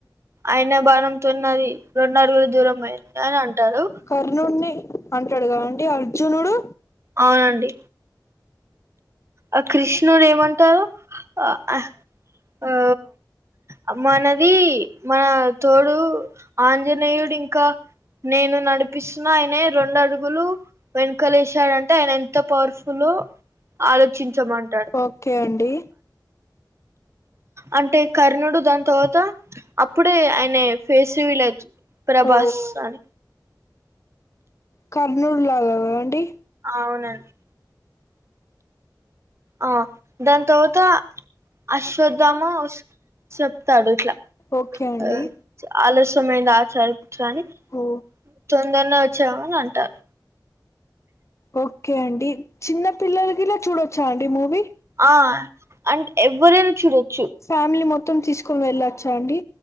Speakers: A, on the right; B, on the left.
A: ఆయన బాణంతోని నాది రెండుఅడుగులు దూరం బోయింది అని అంటారు
B: కర్ణుడిని అంటాడు గాఅండి అర్జునుడు
A: అవునండి ఆ కృష్ణుడు ఏమంటారు ఆ హా ఆ మనది మన తోడు ఆంజనేయుడు ఇంకా నేను నడిపిస్తున ఆయనే రెండు అడుగులు వెనుకలేశాడంటే ఆయన ఎంతో పవర్ఫులో ఆలోచ్ చించమన్
B: ఓకే అండి
A: అంటే కర్ణుడు దాన్ తర్వాత అప్పుడే ఆయనే ఫేస్ రివీల్ అవుతు అయితూన్ది ప్రభాస్
B: ఓ
A: అన్
B: కర్ణుడులాగా గాదండి
A: అవునండి ఆ దాన్ తర్వాత అశ్వత్థమ వాస్ చెప్తాడు ఇట్లా
B: ఓకే అండి
A: ఆ, ఆలస్యమైంది ఆచారంచని
B: ఓ
A: తొందరనే వచ్చామని అంటారు
B: ఓకే అండి చిన్న పిల్లలు గిట్ల చూడొచ్చా అండి మూవీ
A: ఆ అంటే ఎవరైనా చుడోచూ
B: ఫ్యామిలీ మొత్తం తీసుకొని వెళ్ళొచ్చ అండి